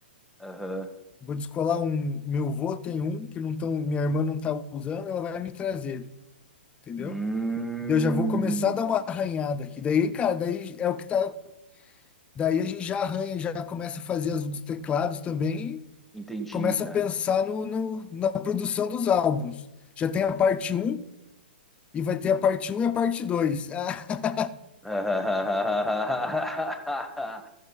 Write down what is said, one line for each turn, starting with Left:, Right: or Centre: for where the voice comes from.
Centre: Aham.
Left: Vou descolar um. Meu avô tem um que não tão, minha irmã não tá usando, ela vai me trazer, entendeu?
Centre: Hum,
Left: Daí Eu já vou começar a dar uma arranhada aqui. Daí, cara, daí é o que tá. Daí a gente já arranha, já começa a fazer as dos teclados também e
Centre: entendi,
Left: começa
Centre: cara.
Left: a pensar no, no- na produção dos álbuns. Já tem a parte um e vai ter a parte um e a parte dois. <laughs>
Centre: <laughs>